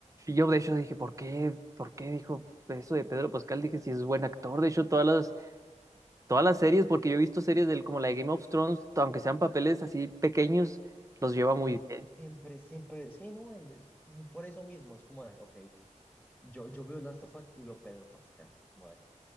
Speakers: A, on the right (about 25°); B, in the centre.
A: yo de hecho dije, ¿por qué? ¿Por qué dijo eso de Pedro Pascal? Dije, si es buen actor, de hecho todas las, todas las series, porque yo he visto series del, como la de Game of Thrones, aunque sean papeles así pequeños, los lleva muy
B: Sí,
A: bien.
B: siempre, siempre, sí, no, él, él- por eso mismo, es como de, ok, yo, yo veo Last of Us y veo Pedro Pascal. Como de,